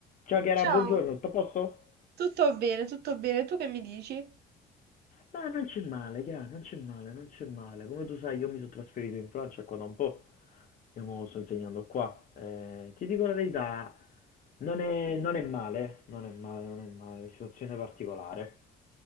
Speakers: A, on the left; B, on the right.
A: Ciao Chiara,
B: Ciao.
A: buongiorno, tutto a posto?
B: Tutto bene, tutto bene. Tu che mi dici?
A: Ma non c'è male, chiaro, non c'è male, non c'è male. Come tu sai, io mi sono trasferito in Francia qua da un po', io mo sto insegnando qua. Eh, ti dico la verità, non è, non è male, non è male, non è male, situazione particolare.